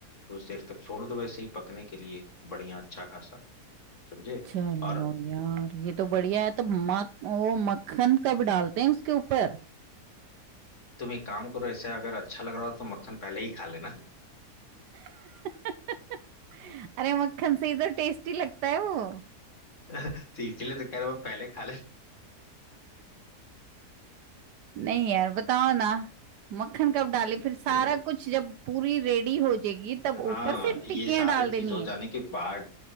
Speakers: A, on the left (about 45°); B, on the right (about 85°).
A: कुछ देर तक छोड़ दो वैसे ही पकने के लिए बढ़िया अच्छा खासा समझे
B: चलो
A: और
B: यार, ये तो बढ़िया है तो मक वो मक्खन कब डालते हैं उसके ऊपर?
A: तुम एक काम करो ऐसे अगर अच्छा लग रहा हो तो मक्खन पहले ही खा लेना
B: <laughs> अरे मक्खन से ही तो टेस्टी लगता है वो।
A: <laughs> तो इसलिए तो कह रहा हूँ पहले खा ले
B: नहीं यार बताओ ना मक्खन कब डाले फिर सारा
A: तो
B: कुछ जब पूरी रेडी हो जाएगी तब ऊपर
A: हाँ
B: से
A: ये
B: टिक्कियां
A: सारी
B: डाल
A: चीज
B: देनी
A: हो जाने
B: है
A: के बाद